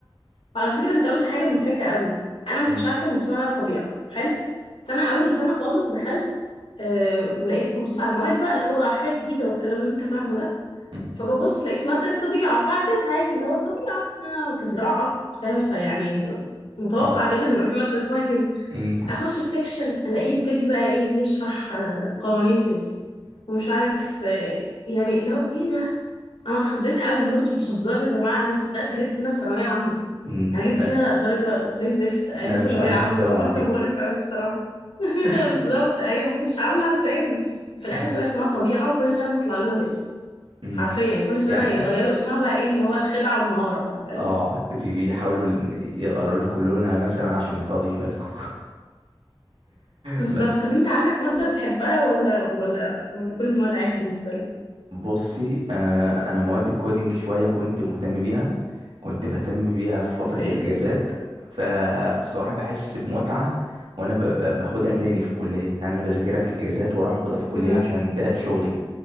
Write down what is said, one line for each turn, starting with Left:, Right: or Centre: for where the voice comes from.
Left: وعلى فكرة انت قلت حاجة مضحكة قوي انا ما
Right: مم.
Left: كنتش عارفة ان اسمها طبيعة حلو فانا اول سنة خالص دخلت آه ولقيت ببص على المواد بقى اللي هو حاجة جديدة والكلام اللي انت فاهمه ده
Right: مم.
Left: فببص لقيت مادة طبيعة فعديتها عادي اللي هو طبيعة آه، في زراعة فاهم فيعني متوقع
Right: اه
Left: جدا ان يبقى في مادة اسمها كده
Right: مم.
Left: اخش السكشن الاقيه يبتدي بقى ايه يشرح آه، قوانين فيزياء ومش عارف آه، يعني اللي هو ايه ده انا اتخضيت قوي اللي هو انتوا بتهزروا يا جماعة انا مش صدقت هربت منها في ثانوية عامة
Right: مم.
Left: انا جبت
Right: أنا
Left: فيها درجة زي الزفت ايام
Right: أنا
Left: ثانوية
Right: مش هعمل
Left: عامة
Right: حساب
Left: الموضوع
Right: على
Left: كان
Right: كده
Left: مقرف قوي بصراحة <laughs>
Right: <laughs>
Left: بالظبط ايوه ما كنتش عاملة حسابي وفي الاخر
Right: مم.
Left: طلع اسمها طبيعة وكل سنة تطلع لنا باسم
Right: مم.
Left: حرفيا كل سنة
Right: يعني
Left: يغيروا
Right: يعني-
Left: اسمها بقى ايه اللي هو الخدعة والمهارة بقى فاهم
Right: اه بي- بيحاولوا ال- يغيروا لكم لونها مثلا عشان ما تقعديش بالكم
Left: بالظبط
Right: بس
Left: طب انت عندك مادة بتحبها ولا ولا ولا كل المواد عادي بالنسبة لك
Right: بصي آه انا مواد الكودينج شويه كنت مهتم بيها كنت بهتم بيها في فتره
Left: اوكي
Right: الاجازات فالصراحه بحس بمتعه وانا ب- ب- باخدها تاني في الكليه يعني انا بذاكرها في الاجازات واروح اخدها في الكليه
Left: امم
Right: عشان ده شغلي